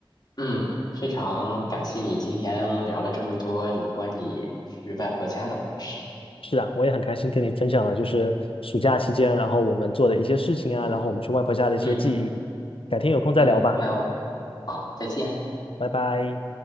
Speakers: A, on the left (about 50°); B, on the left (about 80°).
A: 嗯，非常感谢你今天聊了这么多有关你去外婆家的故事。
B: 是啊，我也很开心跟你分享了，就是暑假期间，
A: 嗯
B: 然后我们做的一些事情啊，然后我们去外婆家的一些记忆。
A: 嗯
B: 改天有空再聊吧，
A: 嗯，那我好，再见。
B: 拜拜。